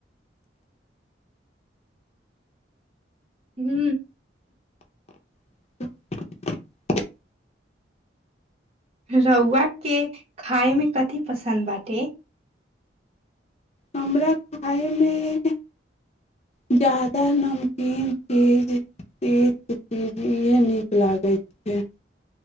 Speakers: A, on the right; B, on the left.
A: हू
B: <unintelligible>
A: रौआ के खाय मे कथिी पसन्द बाटे
B: हमरा खायमे ज्यादा नमकीन चीज तीत चीज इएह नीक लागै छै